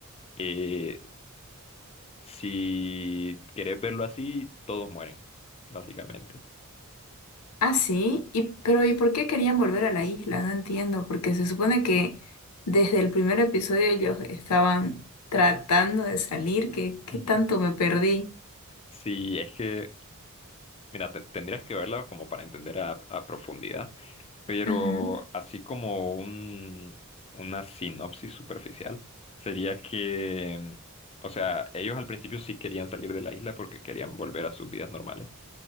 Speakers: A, on the left (about 25°); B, on the left (about 80°).
A: eh, si querés verlo así, todos mueren, básicamente.
B: Ah, sí. Y, pero ¿y por qué querían volver a la isla? No entiendo, porque se supone que desde el primer episodio ellos estaban tratando de salir, qué qué
A: Ujú.
B: tanto me perdí?
A: Sí, es que, mira, te- tendrías que verla como para entender a, a profundidad, pero
B: Ujú.
A: así como un, una sinopsis superficial, sería que, o sea, ellos al principio sí querían salir de la isla porque querían volver a sus vidas normales,